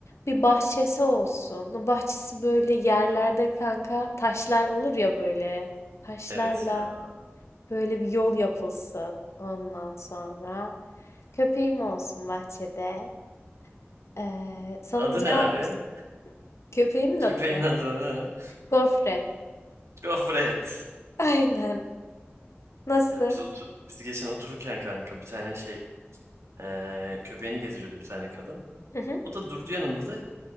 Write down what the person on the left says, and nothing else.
bir bahçesi olsun. O bahçesi böyle yerlerde kanka taşlar olur ya böyle. Taşlarla
Böyle bir yol yapılsın ondan sonra. Köpeğim olsun bahçede. Ee, salıncağım
olsun. Köpeğimin
adı mı?
Gofret.
<laughs> Aynen. Nasıl?
Hı hı.